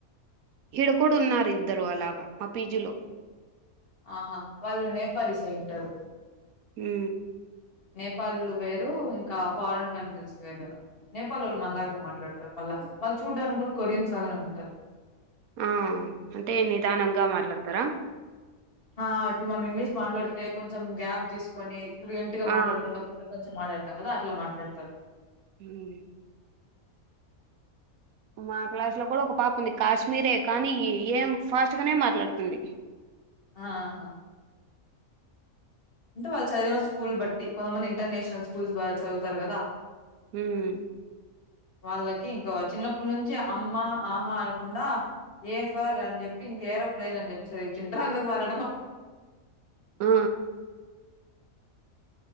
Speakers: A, on the right; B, on the left.
A: హిడకడున్నారు ఇద్దరు అలాగా మా పీజిలో
B: ఆహా వాళ్ళు నేపాలీ సైంటారు
A: మ్
B: నేపాళ్లు వేరు, ఇంకా ఫారిన్ కంట్రీస్ వేరు కదా, నేపాల్ వాళ్ళు మళ్ళలాగనే మాట్లాడతారు మళ్ళా, వాళ్ళు చూడ్డానికి కూడా కొరియన్స్ లాగానే ఉంటారు.
A: ఆ అంటే నిదానంగా మాట్లాడతారా
B: ఆ ఇప్పుడు మనం ఇంగ్లీష్ మాట్లాడితే కొంచెం గ్యాప్ తీసుకొని సైలెంట్గా మాట్లాడుకుంట
A: ఆ,
B: కొ కొంచం మాట్లాడు కదా అట్లా మాట్లాడతారు
A: మ్ మా క్లాస్లో కూడా ఒక పాప ఉంది కాశ్మీరే కానీ ఏం ఫాస్ట్గానే మాట్లాడుతుంది
B: ఆహా అంటే వాళ్ళు చదివిన స్కూల్ బట్టి, కొంతమంది ఇంటర్నేషనల్ స్కూల్స్ చదువుతారు కదా
A: ఉమ్.
B: వాళ్ళకి ఇంకా చిన్నప్పుడు నుంచి అమ్మ ఆహా అనుకుండా, ఏ ఫర్ అని చెప్పి ఇంక ఏరోప్లెయిన్ అని చెప్పేసిది ఇచ్చి అందుకు వాళ్ళ
A: ఆ